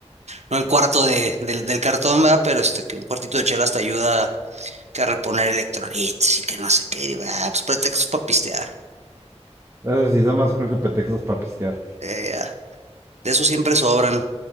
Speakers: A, on the right; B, on the right.
A: no el cuarto de, del, del cartón, ¿verdad? Pero este, que un cuartito de chela hasta ayuda que a reponer electrolitos y que no sé qué. Y digo, ah, pues pretextos para pistear.
B: Esas sí, nada más creo que pretextos para pistear.
A: Eh, ya, de eso siempre sobran.